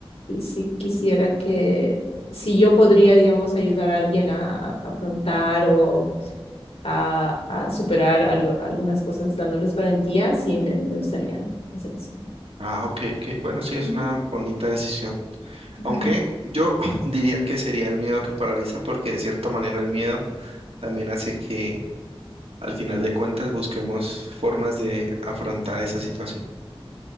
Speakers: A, on the left (about 85°); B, on the right (about 80°).
A: si, quisiera que, si yo podría, digamos, ayudar a alguien a, a afrontar o a, a superar algo- algunas cosas dándoles valentía, sí, me, me gustaría hacer eso.
B: Ah, ok, ok. Bueno, sí,
A: Ujú.
B: es una bonita decisión.
A: <laughs>
B: Aunque yo <laughs> diría que sería el miedo que paraliza, porque de cierta manera el miedo también hace que al final de cuentas busquemos formas de afrontar esa situación.